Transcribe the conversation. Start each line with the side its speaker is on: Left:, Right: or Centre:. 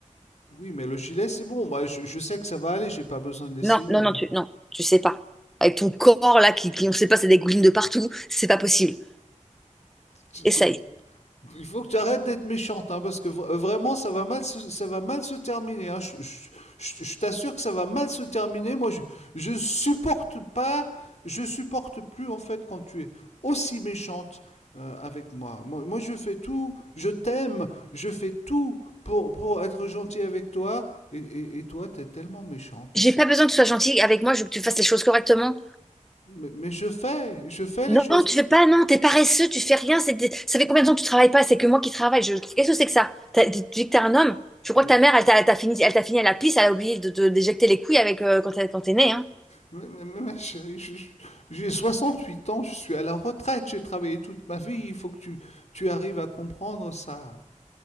Left: Oui, mais le gilet, c'est bon. Moi, je, je sais que ça va aller. J'ai pas besoin de l'essayer.
Centre: Non, non, non, tu, non, tu sais pas. Avec ton corps là qui, qui on sait pas, ça dégouline de partout, c'est pas possible.
Left: Tu-
Centre: Essaye.
Left: tu- Il faut que tu arrêtes d'être méchante, hein, parce que vra- euh, vraiment, ça va mal, se, ça va mal se terminer. Hein. Je, je- je- je t'assure que ça va mal se terminer. Moi, je, je supporte pas, je supporte plus en fait quand tu es aussi méchante euh, avec moi. moi. Moi, je fais tout. Je t'aime. Je fais tout pour pour être gentil avec toi. Et, et, et toi, t'es tellement méchante.
Centre: J'ai pas besoin que tu sois gentil avec moi, je veux que tu fasses les choses correctement.
Left: Mais, mais je fais, je fais les
Centre: Non,
Left: choses.
Centre: tu fais pas, non, t'es paresseux, tu fais rien. C'est des- Ça fait combien de temps que tu travailles pas? C'est que moi qui travaille. Je... Qu'est-ce que c'est que ça? T'as- Tu dis que t'es un homme? Je crois
Left: Mais,
Centre: que ta mère, elle t'a elle t'a fini, elle t'a fini à la pisse, elle a oublié de te déjecter les couilles avec euh, quand t'es quand t'es né, hein.
Left: mais- mais- mais mais chérie, je- je- j'ai 68 ans, je suis à la retraite, j'ai travaillé toute ma vie, il faut que tu, tu arrives à comprendre ça.